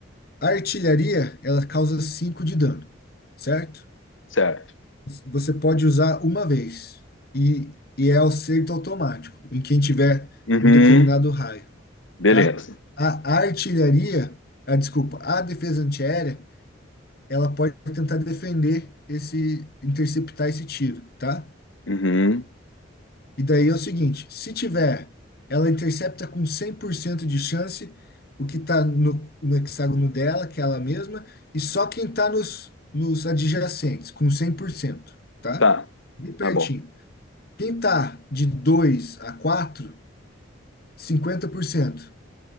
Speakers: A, on the left (about 50°); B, on the left (about 75°).
A: a artilharia ela causa 5 de dano, certo?
B: certo.
A: Você pode usar uma vez e, e é acerto automático em quem tiver
B: Uhum,
A: em um determinado raio,
B: beleza.
A: tá? A, a artilharia, a, desculpa, a defesa antiaérea, ela pode tentar defender esse, interceptar esse tiro, tá?
B: Uhum,
A: E daí é o seguinte, se tiver, ela intercepta com 100% de chance o que está no, no hexágono dela, que é ela mesma, e só quem está nos, nos adjacentes, com cem por cento tá?
B: tá,
A: Bem pertinho.
B: tá bom.
A: Quem está de dois a quatro cinquenta por cento